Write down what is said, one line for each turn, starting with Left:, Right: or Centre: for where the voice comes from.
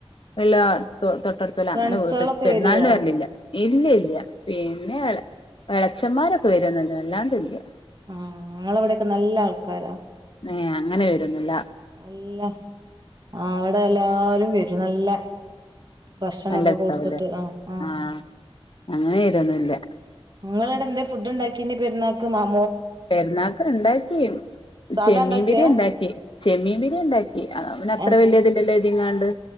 Left: എല്ലാ ത് തൊട്ടടുത്തല്ല
Right: ഫ്രണ്ട്സോളൊക്കെ
Left: അങ്ങനെ വീട് പെരുന്നാളിന്
Right: വരുവോ
Left: വരലില്ല ഇല്ല ഇല്ല പിന്നെ എള എളച്ചന്മാരൊക്കെ വരുമന്ന് അല്ലാണ്ടില്ല
Right: ആ ഞങ്ങളവിടെക്കെ നല്ല ആൾക്കാരാ
Left: ഏ അങ്ങനെ വരുവോന്നില്ല
Right: അല്ല അവിടെ എല്ലാരും വരും ര് നല്ല ഭക്ഷണൊക്കെ
Left: നല്ല രസവുല്ലേ
Right: കൊടുത്തിട്ട് ആ ആ
Left: ആഹ് അങ്ങനെ വരുമൊന്നുല്ല
Right: നിങ്ങളടെ എന്തെ ഫുഡ് ഉണ്ടാക്കി പെരുന്നാൾക്ക് മോ-
Left: പെരുന്നാൾക്ക്ണ്ടാക്കി
Right: സാധാ
Left: ചെമ്മീൻ
Right: ഉണ്ടാക്കിയാ
Left: പിടിണ്ടാക്കി ചെമ്മീൻ പിരിണ്ടാ ക്കി അവന് അത്ര
Right: ആ
Left: വലിയ ഇതില്ലല്ലോ ഇതിങ്ങാണ്ട്